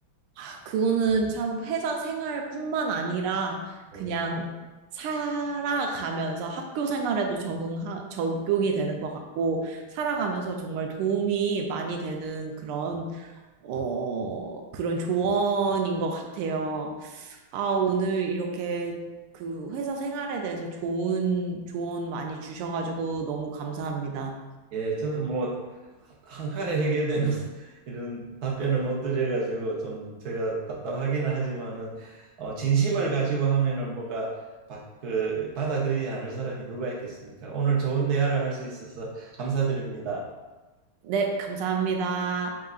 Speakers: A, on the right; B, on the right.
A: 아, 그거는 참 회사 생활뿐만 아니라
B: 네.
A: 그냥 살아가면서 학교 생활에도 적응, 적용이 되는 것 같고, 살아가면서 정말 도움이 많이 되는 그런, 어, 그런 조언인 것 같아요. 아, 오늘 이렇게 그 회사 생활에 대해서 좋은 조언 많이 주셔가지고 너무 감사합니다.
B: 예, 저도 뭐 한 칼에 해결되는 <laughs> 이런 답변을 못 드려가지고 좀 제가 답답하기는 하지만은 어, 진심을 가지고 하면은 뭐가 바, 그, 받아들이지 않을 사람이 누가 있겠습니까? 오늘 좋은 대화를 할 수 있어서 감사드립니다.
A: 네, 감사합니다.